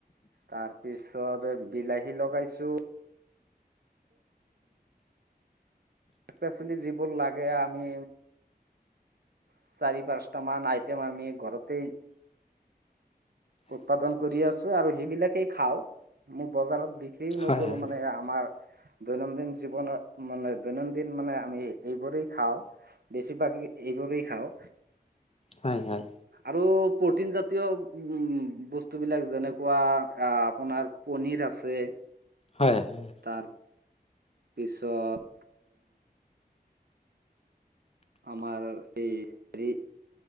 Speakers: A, on the right; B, on the left.
A: তাৰপিছত বিলাহী লগাইছো। শাক-পাচলি যিবোৰ লাগে আমি চাৰি পাঁচটা মান আইটেম আমি ঘৰতে উৎপাদন কৰি আছো আৰু সেইবিলাকেই খাওঁ, মই বজাৰত বিক্ৰীও
B: হয়
A: নকৰো
B: হয়
A: মানে আমাৰ দৈনন্দিন জীৱনত মানে দৈনন্দিন মানে আমি এইবোৰেই খাওঁ। বেছিভাগ এইবোৰেই খাওঁ।
B: হয়, হয়।
A: আৰু প্ৰটিন জাতীয় উম, বস্তুবিলাক যেনেকুৱা আপোনাৰ পনীৰ আছে।
B: হয়, হয়।
A: তাৰ তাৰ পিছত আমাৰ এই হেৰি,